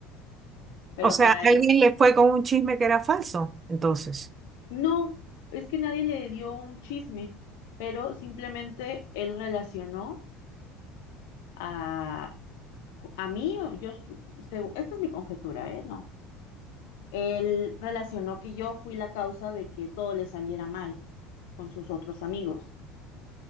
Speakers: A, on the left; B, on the right.
A: pero
B: O sea,
A: para
B: alguien
A: él,
B: le fue con un chisme que era falso. Entonces,
A: no, es que nadie le dio un chisme, pero simplemente él relacionó a co- a mí, o yo, su- segu- esta es mi conjetura, ¿eh? No. Él relacionó que yo fui la causa de que todo le saliera mal con sus otros amigos,